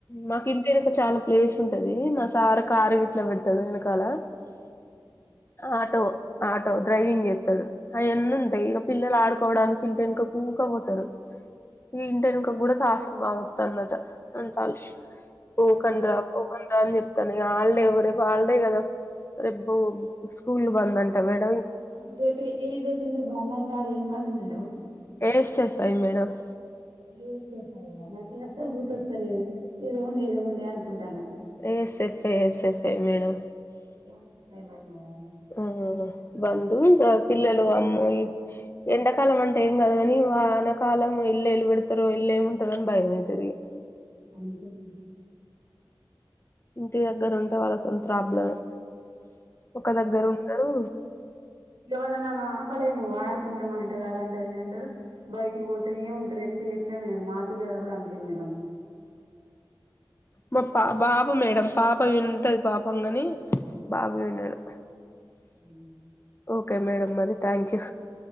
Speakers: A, on the left (about 30°); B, on the right (about 80°).
A: మాక్ ఇంటెన్క చాలా ప్లేస్ ఉంటది మా సార్ కారు గీట్లా వేడ్తాడు ఎన్కాలా
B: అీ
A: ఆటో ఆటో డ్రైవింగ్ జేస్తాడు అయాన్నీ ఉంటై ఇగా పిల్లలు ఆడుకోవడానికి ఇంటెన్కకి ఊక వోతారూ ఈ ఇంటెన్కక్ గూడా తసుంబావు అత్తంది అట అంటల్లు పోకండ్రా పోకండ్రా అని చెప్తాను ఇక హాల్డే ఒక రేపు హల్డే కదా రేపు స్కూల్ బంద్ అంటా మేడం
B: అవును రేపు ఏం రేపందు బంద అంటారు ఏం బంద్ madam
A: A S F I madam
B: A S F I నాకు అస్సలు గుర్తొస్తారలేదు ఏదో ఉండి ఏదో ఉండి అనుకుంటాను
A: A S F I, S F I madam
B: <unintelligible>
A: ఆ బంద్ ఇగ పిల్లలు అమ్మాయి ఎండకాలం అంటే ఏం కాదు కాని వానకాలం ఎన్లా ఏలు పెడతారు ఎన్లో ఏమి ఉంటాధో అని భయమైతది ఇగ
B: <unintelligible>
A: ఇంటి దగ్గర ఉంటే వాళ్ళతోని ప్రాబ్లంమే ఒక దగ్గర ఉండరు
B: ఇగ వాళ్ళను మనం ఆపలేము ఆడుకుంటామంటారు అదంటారు ఇదంటారు బయటికి పోతానే ఉంటారు ఎంత చెప్పినా వినరు మా పిల్లలు కూడా అంతే మేడం
A: మా పా బాబు మేడం పాప వింటది పాపామ్ కాని బాబు వినడు
B: ఉ <inaudible>
A: ఓకే మేడంమ్ మరి thank you